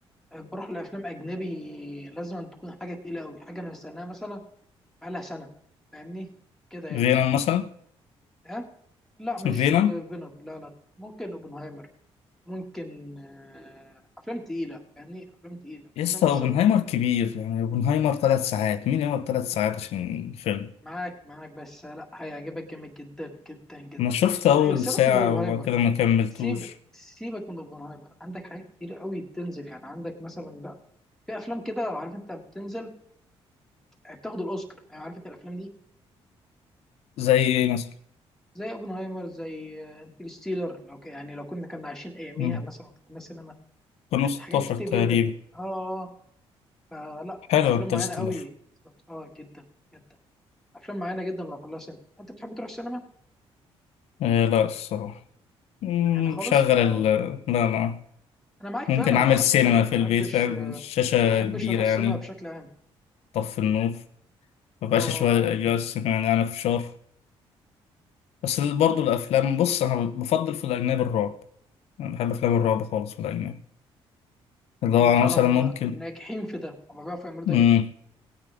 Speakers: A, in the centre; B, on the left.
A: بروح لافلام اجنبي لازم أن تكون حاجه تقيله قوي حاجه انا مستناها مثلا بقالها سنه فاهمني كده يعني
B: فينوم مثلا
A: ها لا مش
B: اسمه فينوم
A: فينوم لا لا ممكن اوبنهايمر ممكن آه، افلام تقيله فاهمني افلام تقيله لان
B: يا اسطى
A: انا اصلا
B: اوبنهايمر كبير يعني اوبنهايمر ثلاث ساعات مين يقعد ثلاث ساعات عشان فيلم
A: معاك معاك بس لا هيعجبك جامد جدا جدا جدا
B: انا شفت اول
A: ايوه سيبك
B: ساعة
A: من اوبنهايمر
B: وبعد كده ما كملتوش
A: سيب سيبك من اوبنهايمر عندك حاجات كتير قوي بتنزل يعني عندك مثلا لا في افلام كده عارف انت بتنزل بتاخد الاوسكار يعني عارف انت الافلام دي
B: زي ايه مثلا
A: زي اوبنهايمر زي آه، انترستيلر لو ك... يعني لو كنا كنا عايشين اياميها
B: مم.
A: مثلا كنا سينما
B: كانوا
A: كان
B: 16
A: حاجات كتير
B: تقريبا
A: جدا اه آه، آه، فلا
B: حلو
A: افلام
B: انترستيلر
A: معينه قوي بالظبط اه جدا جدا افلام معينه جدا لو خلاها سينما انت بتحب تروح السينما
B: آه لا الصراحة مم،
A: يعني خالص
B: بشغل
A: ما
B: ال لا لا
A: انا معاك
B: ممكن
A: فعلا
B: عامل
A: على
B: سينما
A: فكره ما بحبش
B: في البيت فاهم الشاشة
A: ما بحبش
B: كبيرة
A: اروح السينما
B: يعني
A: بشكل عام
B: طف النور مبقاش
A: اه آه، آه.
B: شوية أجواء السينما يعني أعمل فشار بس برضه الأفلام بص أنا بفضل في الأجنبي الرعب أنا بحب أفلام الرعب خالص في الأجنبي اللي
A: هما
B: هو
A: فعلا
B: مثلا
A: هما
B: ممكن
A: ناجحين في ده هما بيعرفوا يعملوا ده
B: امم
A: جدا